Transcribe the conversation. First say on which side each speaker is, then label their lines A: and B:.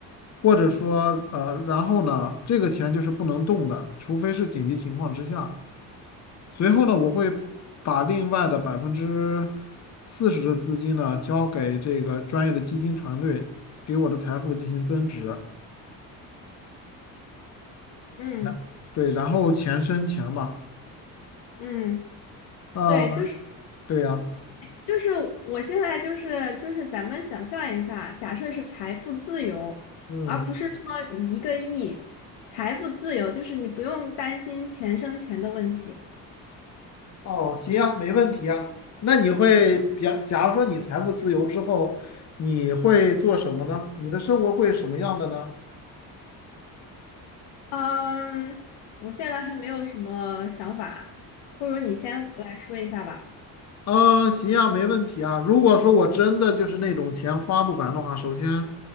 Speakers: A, on the left; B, on the left.
A: 或者说呃，然后呢，这个钱就是不能动的，除非是紧急情况之下。随后呢，我会把另外的百分之四十的资金呢，交给这个专业的基金团队，给我的财富进行增值。
B: 嗯
A: 那对，然后钱生钱嘛。
B: 嗯，
A: 啊，
B: 对，就是。
A: 对呀，
B: 就是我现在就是就是咱们想象一下，假设是财富自由，
A: 嗯，
B: 而不是说一个亿，财富自由就是你不用担心钱生钱的问题。
A: 哦，行啊，没问题啊。那你会，比，假如说你财富自由之后，你会做什么呢？你的生活会是什么样的呢？
B: 嗯，我现在还没有什么想法，不如你先来说一下吧。
A: 啊，行啊，没问题啊。如果说我真的就是那种钱花不完的话，首先